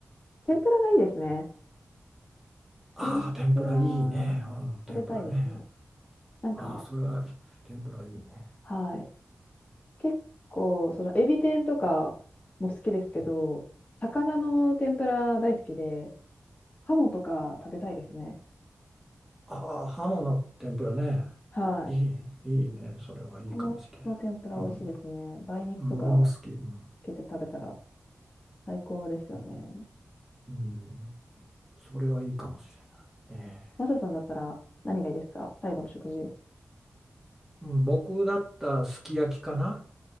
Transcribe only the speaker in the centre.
ああ、
天ぷらいいね。うん、天ぷらね。
ああ、それは天ぷらいいね。
ああ、ハモの天ぷらね。
いい、いいね。それはいいかもしれん。
うん。
僕も好き。うん。
うん、それはいいかもしれない。え
えうん、僕だったらすき焼きかな。